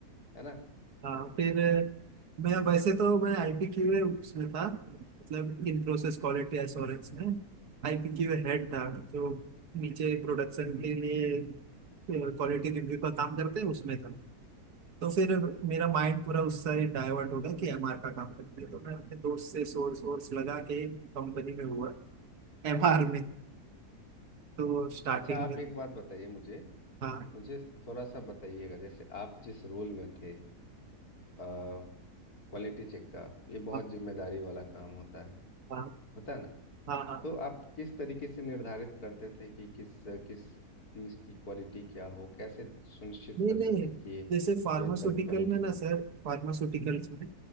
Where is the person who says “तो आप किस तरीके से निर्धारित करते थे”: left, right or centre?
Left